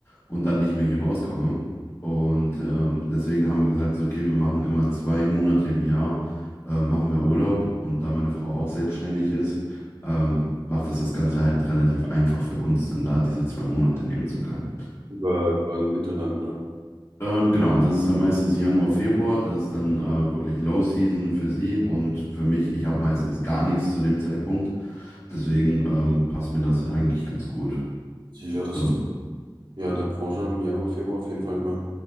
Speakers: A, on the left (about 35°); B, on the right (about 65°).
A: und dann nicht mehr hier rauskomme. Und ähm, deswegen haben wir gesagt, so, okay, wir machen immer zwei Monate im Jahr, äh, machen wir Urlaub. Und da meine Frau auch selbstständig ist, ähm, macht es das Ganze halt relativ einfach für uns, dann da diese zwei Monate nehmen zu können.
B: Über, über den Winter dann, oder?
A: Ähm, genau, das ist dann meistens Januar, Februar, das ist dann äh, wirklich Low Season für sie und für mich, ich habe meistens gar nichts zu dem Zeitpunkt, deswegen ähm, passt mir das eigentlich ganz gut.
B: Ja, das
A: So,
B: ist Ja, in der Branche im Januar, Februar auf jeden Fall immer.